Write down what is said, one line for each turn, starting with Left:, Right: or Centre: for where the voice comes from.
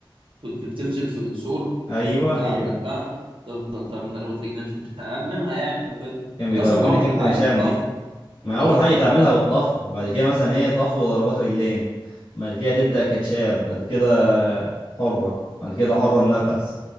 Right: كنت بتمسك في السور
Left: ايوه
Right: او في البتاع
Left: هي
Right: اللي
Left: دي
Right: بتاع تفضل تعمل ضربات رجلين عشان تتعلمها يعني وكده
Left: كان بيدربها
Right: انت اصلا في الاول
Left: لي كابتن
Right: بتتعلم
Left: هشام
Right: طف
Left: دي ما
Right: وضف
Left: اول حاجه
Right: ونجمه
Left: تعملها بالطفو بعد كده مثلا ايه طفو وضربات رجلين بعد كده تبدا كاتشات بعد كده حره بعد كده حره بنفس